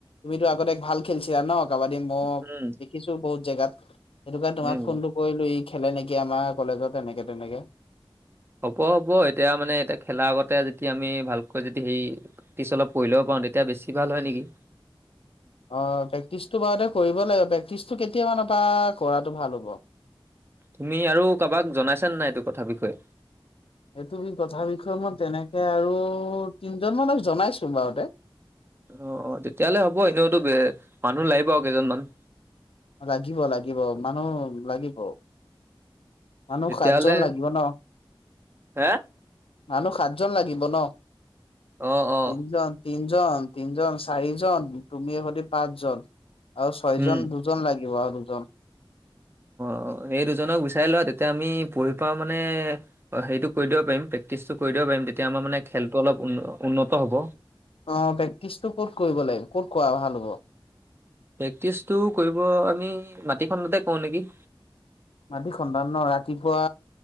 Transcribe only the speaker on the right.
উম,
উম।
হ'ব হ'ব এতিয়া মানে এতিয়া খেলা আগতে যদি আমি ভালকৈ যদি সেই পেক্ট্ৰিচ অলপ কৰি লব পাৰো তেতিয়া বেছি ভাল হয় নেকি
তুমি আৰু কাৰোবাক জনাইছনে নাই এইটো কথা বিষয়ে
অ অ তেতিয়াহলে হ'ব এনেওতো মানুহ লাগিব আৰু কেইজনমান
তেতিয়াহ'লে
হে
অ অ
উম
অ এই দুজনক বিচাই লোৱা তেতিয়া আমি পঢ়ি পাও মানে অ হেৰিটো কৰি দিব পাৰিম প্ৰেক্টিচটো কৰি দিব পাৰিম। তেতিয়া আমাৰ মানে খেলটো অলপ উ উন্নত হ'ব।
প্ৰেক্টিচটো কৰিব আমি মাটিখনতে কওঁ নেকি?